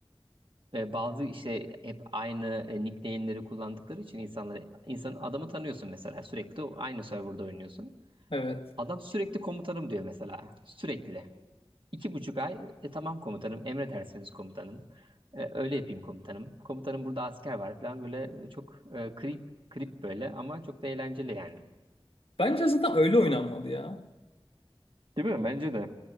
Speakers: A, on the right; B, on the left.
A: Ve bazı işte hep aynı e, nickname'leri kullandıkları için insanları insan adamı tanıyorsun mesela sürekli aynı serverda oynuyorsun.
B: Evet.
A: Adam sürekli komutanım diyor mesela. Sürekli. İki buçuk ay. E, tamam komutanım, emredersiniz komutanım. E, öyle yapayım komutanım. Komutanım burada asker var falan böyle e, çok e, krip krip böyle ama çok da eğlenceli yani.
B: Bence zaten öyle oynanmadı ya.
A: Değil mi? Bence de.